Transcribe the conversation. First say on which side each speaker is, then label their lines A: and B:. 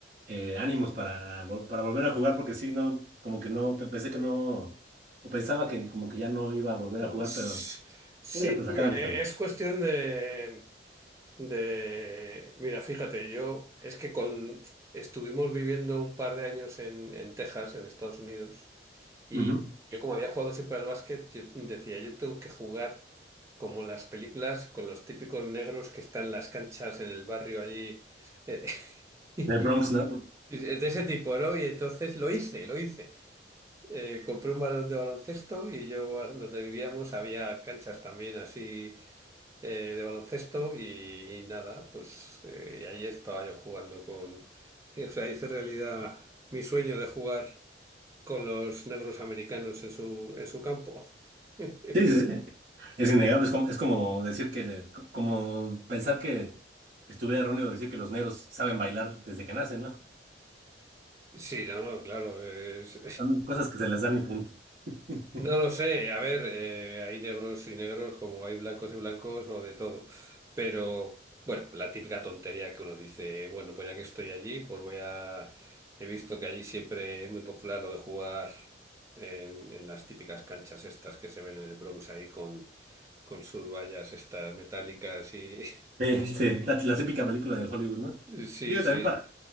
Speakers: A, on the right; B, on the right.
A: eh, ánimos para, vol- para volver a jugar, porque sí, no, como que no, pe- pensé que no, o pensaba que como que ya no iba a volver
B: es-
A: a jugar, pero
B: sí,
A: voy a sacar
B: eh,
A: a mis amigos.
B: es cuestión de, de, mira, fíjate, yo es que con, estuvimos viviendo un par de años en, en Texas, en Estados Unidos. Y
A: Ujú.
B: yo como había jugado siempre al básquet, yo decía, yo tengo que jugar como en las películas, con los típicos negros que están en las canchas en el barrio allí, eh, <laughs> y
A: Del Bronx, ¿no?
B: y de ese tipo, ¿no? Y entonces lo hice, lo hice. Eh, compré un balón de baloncesto y yo donde vivíamos había canchas también así eh, de baloncesto y, y nada, pues eh, ahí estaba yo jugando con... O sea, hice realidad mi sueño de jugar con los negros americanos en su, en su campo. <laughs>
A: Sí, sí, sí. sí. Es innegable, es como, es como decir que, le- co- como pensar que estuviera erróneo decir que los negros saben bailar desde que nacen, ¿no?
B: Sí, no, no, claro. es-
A: Son cosas que se les dan y punto. <laughs>
B: <laughs> No lo sé. A ver, eh, hay negros y negros como hay blancos y blancos o de todo. Pero, bueno, la típica tontería que uno dice, bueno, pues ya que estoy allí, pues voy a... He visto que allí siempre es muy popular lo de jugar en, en las típicas canchas estas que se ven en el Bronx ahí con, con sus vallas estas metálicas y...
A: Sí, sí, la, la típica película de Hollywood, ¿no?
B: <laughs> Sí,
A: Digo,
B: sí.
A: también para